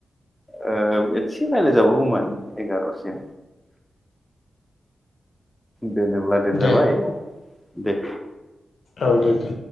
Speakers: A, in the centre; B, on the left (about 70°).
A: एसे रायज्लायजाबावगौमोन एगार'सिम। दोनोब्ला दोनजाबाय
B: दे
A: दे
B: औ दे दे